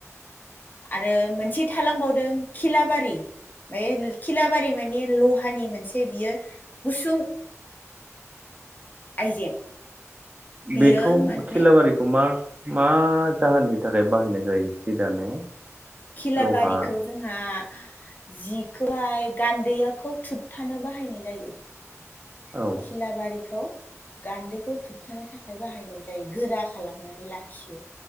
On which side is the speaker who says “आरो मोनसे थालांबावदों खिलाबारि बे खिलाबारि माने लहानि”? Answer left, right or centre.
Left